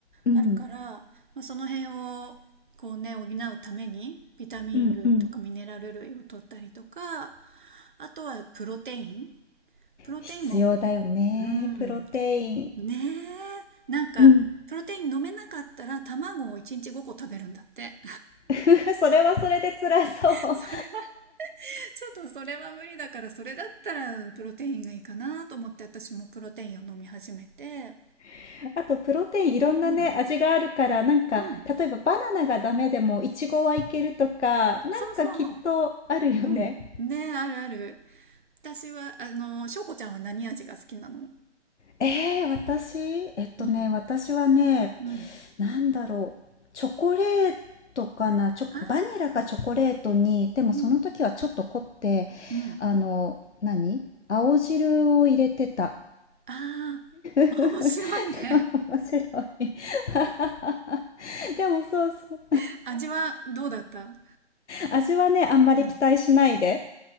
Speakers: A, on the left; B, on the right.
A: うん。
B: あるから、まあ、その辺をこうね、補うために、ビタミン類とかミネラル類を取ったりとか、
A: うんうん。
B: あとはプロテイン。プロテインも、
A: 必要だよね。
B: うん、
A: プロテイン。
B: ねえ、なんか、
A: うん。
B: プロテイン飲めなかったら卵を1日5個食べるんだって。
A: <laughs> それはそれで辛そう。
B: <laughs> それは、ちょっとそれは無理だから、それだったらプロテインがいいかなと思って、私もプロテインを飲み始めて、
A: <laughs> あと、プロテインいろんなね、
B: うん、
A: 味があるから、なんか、
B: うん。
A: 例えばバナナがダメでも、イチゴはいけるとか、なんかきっとあるよね。
B: そうそう。うん。ねあるある。私は、あの、しょうこちゃんは何味が好きなの
A: ええ、私、えっとね、
B: うん。
A: 私はね、
B: うん。
A: なんだろう、チョコレートかな、チョ、
B: ああ、
A: バニラかチョコレートに、でもその時はちょっと凝って、
B: うん。うん。
A: あの、何青汁を入れてた。
B: ああ、
A: <laughs>
B: 面白いね。
A: そう、面白い。<laughs> でもそうそう、
B: <laughs> 味はどうだった
A: 味はね、あんまり期待しないで。
B: うん。